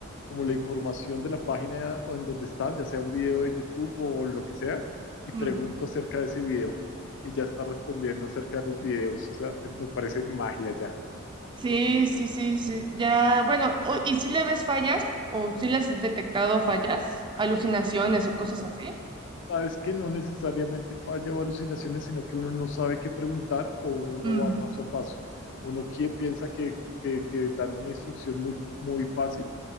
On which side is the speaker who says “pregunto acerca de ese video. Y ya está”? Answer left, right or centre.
Left